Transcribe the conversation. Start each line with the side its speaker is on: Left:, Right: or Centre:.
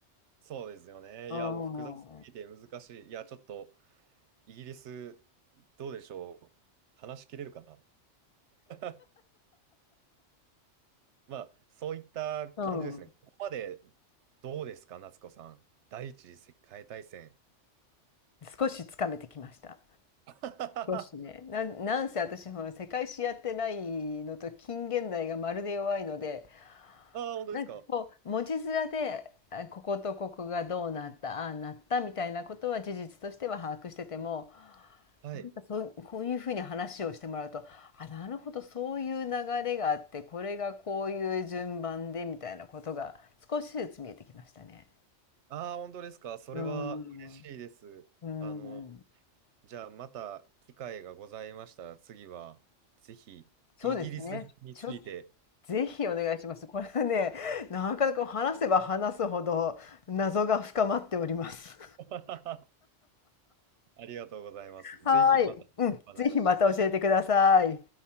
Right: そうですよね。
Left: う。
Right: いや、もう複雑すぎて難しい。いや、ちょっとイギリス、どうでしょう。話し切れるかな <laughs> まあ、そういった感じですね。
Left: うんうん、
Right: ここまでどうですか、夏子さん。第一次世界大戦。
Left: 少しつかめてきました。
Right: <laughs> あ
Left: 少しね、なんなんせ私ほら世界史やってないのと近現代がまるで弱いので
Right: あ、本当ですか。
Left: なんかこう文字面であこことここがどうなったああなったみたいなことは事実としては把握してても
Right: はい。
Left: なんかそうこういうふうに話をしてもらうと、あ、なるほど、そういう流れがあって、これがこういう順番でみたいなことが少しずつ見えてきましたね。
Right: ああ、本当ですか。それは嬉しいです。
Left: うーん。うーん。
Right: あの、じゃあ、また機会がございましたら、次は、ぜひ、
Left: そうですね。
Right: イギリスについて。
Left: ちょぜひお願いします。これはね、なかなか話せば話すほど謎が深まっております。
Right: <laughs> ありがとうございます。
Left: <laughs>
Right: ぜひまたお話しさせて
Left: はーい。うん、ぜひまた教えてください。